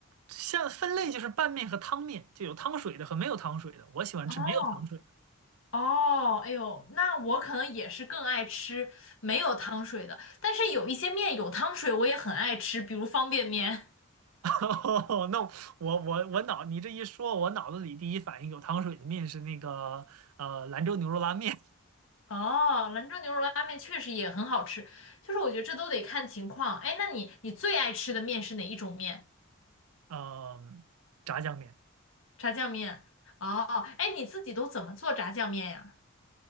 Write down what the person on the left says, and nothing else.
哦哦，哎呦，那我可能也是更爱吃没有汤水的，但是有一些面有汤水，我也很爱吃，比如方便面。
<laughs> 哦，兰州牛肉拉面确实也很好吃，就是我觉得这都得看情况。哎，那你你最爱吃的面是哪一种面？
炸酱面。哦，哎，你自己都怎么做炸酱面呀？